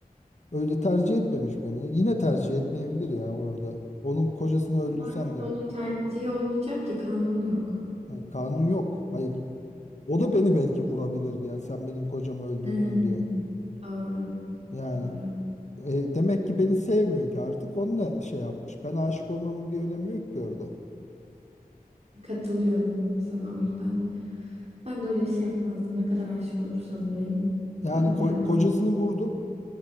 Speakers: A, on the left; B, on the right.
A: Öyle tercih etmemiş beni. Yine tercih etmeyebilir ya orada. Onun kocasını öldürsem
B: Ama işte
A: de
B: onun tercihi olmayacak ki kanun yok.
A: yani kanun yok. Hayır. O da beni belki vurabilirdi yani sen benim kocamı öldürdün
B: He.
A: diye.
B: Doğru,
A: Yani
B: doğru.
A: e, demek ki beni sevmiyor ki artık onunla şey yapmış. Ben aşık olmamın bir önemi yok ki orada.
B: Katılıyorum sana o yüzden. Ben de öyle bir şey yapmazdım. Ne kadar aşık olursam olayım.
A: Yani
B: Bana
A: ko-
B: ne o bana.
A: kocasını vurdum.